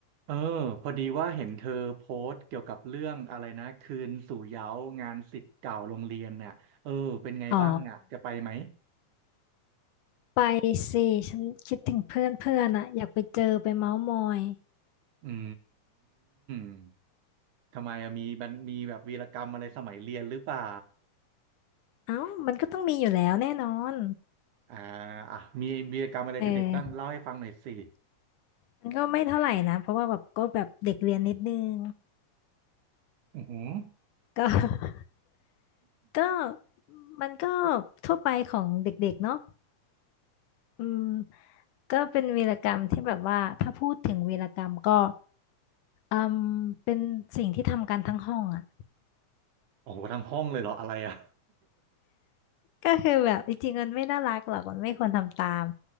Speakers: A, on the right (about 70°); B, on the left (about 75°).
A: เออพอดีว่าเห็นเธอโพสต์เกี่ยวกับเรื่องอะไรนะคืนสู่เหย้างานศิษย์เก่าโรงเรียนน่ะเออเป็นไงบ้างอ่ะจะไปไหม
B: อ๋อไปสิฉันคิดถึงเพื่อนเพื่อนอะอยากไปเจอไปเม้าท์มอย
A: อืมทำไมอะมีมันมีแบบวีรกรรมอะไรสมัยเรียนหรือเปล่า
B: เอ้ามันก็ต้องมีอยู่แล้วแน่นอน
A: อ่าอ่ะมีวีรกรรมอะไรเด็ดๆบ้างเล่าให้ฟังหน่อยสิ
B: เออมันก็ไม่เท่าไหร่นะเพราะว่าแบบก็แบบเด็กเรียนนิดนึง
A: อือหือ
B: ก็ <laughs> ก็มันก็ทั่วไปของเด็กๆเนาะ อืมก็เป็นวีรกรรมที่แบบว่าถ้าพูดถึงวีรกรรมก็อืมเป็นสิ่งที่ทำกันทั้งห้องอ่ะ
A: โอ้โหทั้งห้องเลยเหรออะไรอ่ะ
B: ก็คือแบบจริงๆมันไม่น่ารักหรอกมันไม่ควรทำตาม